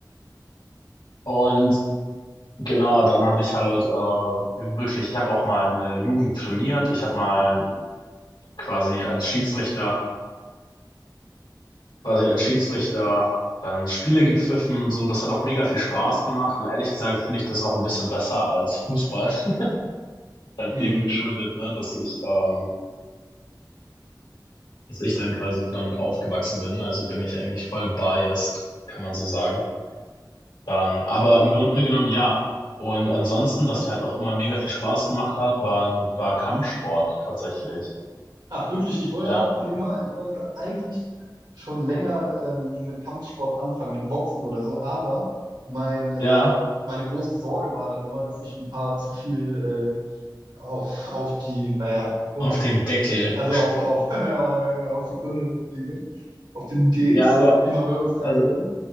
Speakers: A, on the left; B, on the right.
A: und genau, dann habe ich halt äh, wirklich, ich habe auch mal eine Jugend trainiert. Ich habe mal quasi als Schiedsrichter quasi als Schiedsrichter dann Spiele gepfiffen und so. Das hat auch mega viel Spaß gemacht. Und ehrlich gesagt finde ich das auch ein bisschen besser als Fußball. <laughs> Halt
B: Mhm.
A: dem geschuldet, ne, dass ich, ähm, dass ich dann quasi damit aufgewachsen bin. Also bin ich eigentlich voll biased, kann man so sagen. Dann, aber im Grunde genommen ja. Und ansonsten, was mir halt auch immer mega viel Spaß gemacht hat, waren, war Kampfsport tatsächlich.
B: ach wirklich, ich wollte
A: Ja,
B: auch schon immer, ich wollte eigentlich schon länger ähm, mit Kampfsport anfangen, mit Boxen oder so, aber mein, äh,
A: ja,
B: meine große Sorge war dann immer, dass ich ein paar zu viel äh, auf, auf die, naja, ums,
A: auf den Deckel.
B: also auf, auf, <laughs> auf die Birne kriege, auf den Dates,
A: Ja, aber
B: wie man bei uns sagen
A: also
B: würde.